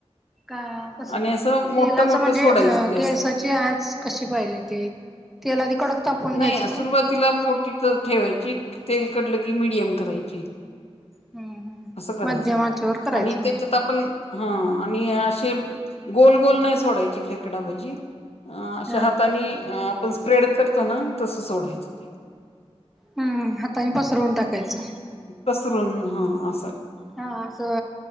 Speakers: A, in the centre; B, on the left (about 65°).
A: का कस,
B: आणि असं मोठं
A: तेलाच
B: मोठं
A: म्हणजे
B: सोडायचं ते
A: गॅस
B: असं
A: ची आच कशी पाहिजे ते, तेल आधी कडक तापून
B: नाही
A: घ्यायचं का
B: सुरुवातीला मोठी तर ठेवायची, तेल कढल की मिडियम करायची.
A: हम्म हम्म
B: अस करायच,
A: मध्यम आचेवर करायचं
B: आणि
A: म्हणजे
B: त्याच्यात आपण हा आणि असे गोल गोल नाही सोडायचे खेकडा भजी. अ अशा
A: हा
B: हाताने आपण स्प्रेड करतो ना, तस सोडायच ते.
A: हम्म हाताने पसरवून टाकायच.
B: पसरून हा अस
A: हा अस